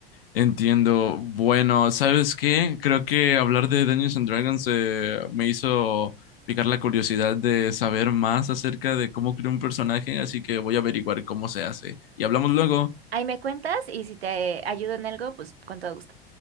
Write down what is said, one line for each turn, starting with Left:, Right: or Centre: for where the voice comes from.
Left: Entiendo. Bueno, ¿sabes qué? Creo que hablar de Dungeons and Dragons eh, me hizo picar la curiosidad de saber más acerca de cómo crear un personaje, así que voy a averiguar cómo se hace. Y hablamos luego.
Right: Ahí me cuentas y si te ayudo en algo, pues con todo gusto.